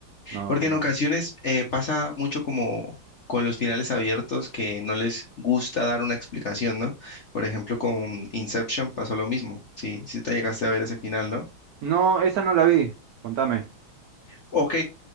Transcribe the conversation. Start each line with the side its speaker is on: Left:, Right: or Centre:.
Right: No,
Left: Porque
Right: no.
Left: en ocasiones eh, pasa mucho como con los finales abiertos que no les gusta dar una explicación, ¿no? Por ejemplo, con Inception pasó lo mismo. Sí, sí te llegaste a ver ese final, ¿no?
Right: No, esa no la vi. Contame.
Left: Ok,